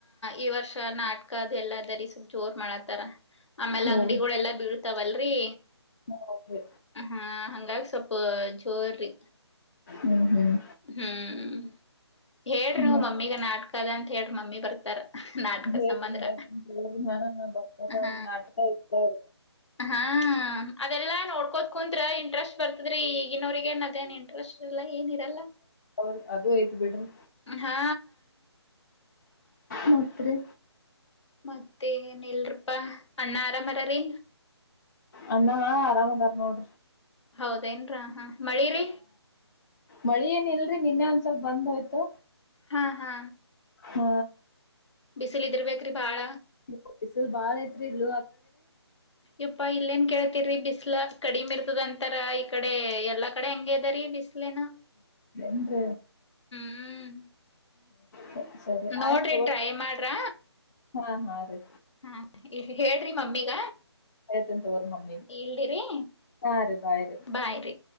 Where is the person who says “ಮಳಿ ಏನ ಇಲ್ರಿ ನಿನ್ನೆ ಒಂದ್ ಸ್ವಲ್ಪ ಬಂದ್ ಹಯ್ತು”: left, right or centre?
Left